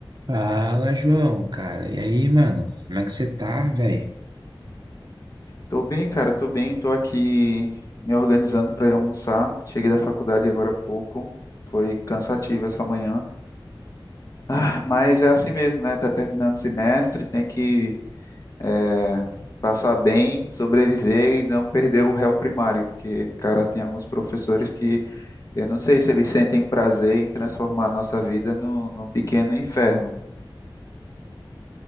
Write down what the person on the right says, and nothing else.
Fala, João, cara. E aí, mano? Como é que você tá, velho?